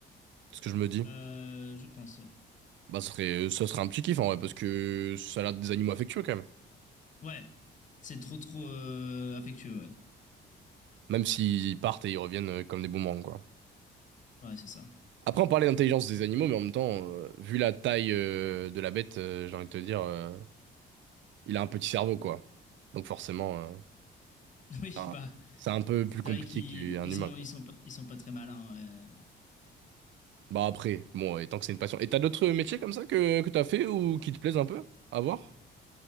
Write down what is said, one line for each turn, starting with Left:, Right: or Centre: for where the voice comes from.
Right: C'est ce que je me dis.
Left: Euh, je pense, ouais.
Right: Bah, ça serait, ça serait un petit kiff en vrai, parce que ça a l'air des animaux affectueux quand même.
Left: Ouais, c'est trop trop euh, affectueux, ouais.
Right: Même s'ils partent et ils reviennent euh, comme des boomerangs, quoi.
Left: Ouais, c'est ça.
Right: Après, on parlait d'intelligence des animaux, mais en même temps, euh, vu la taille euh, de la bête, euh, j'ai envie de te dire, euh, il a un petit cerveau, quoi. Donc forcément, euh,
Left: <laughs> Oui,
Right: Ah,
Left: bah,
Right: c'est un peu
Left: c'est
Right: plus compliqué
Left: vrai qu'ils
Right: qu'un
Left: ils
Right: humain,
Left: sont,
Right: quoi.
Left: ils sont pas, ils sont pas très malins, ouais.
Right: Bah après, bon, et tant que c'est une passion. Et t'as d'autres métiers comme ça que, que t'as fait ou qui te plaisent un peu à voir?